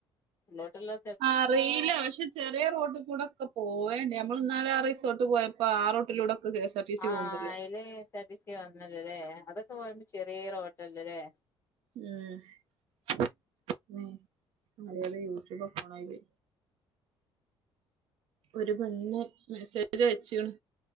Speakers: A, on the left; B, on the right.
A: ലോട്ട്ള്ള
B: അറിയില്ല പക്ഷെ ചെറിയ റോട്ടികൂടൊക്കെ പോവ്വേ നമ്മള് ഇന്നാലെ ആ റിസോർട്ട് പോയപ്പോ ആ റോട്ടിലൂടൊക്കെ K S R T C
A: ആഹ്
B: പോകണ്ടല്ലോ
A: അയില് K S R T C വന്നല്ലല്ലേ അതൊക്കെ പോയ്പോ ചെറിയ റൊട്ടല്ലല്ലേ
B: ഉം ഉം മലയാള യൂട്യൂബ ഫോണായി ഒരു പെണ് മെസ്സേജ് അയച്ചീണ്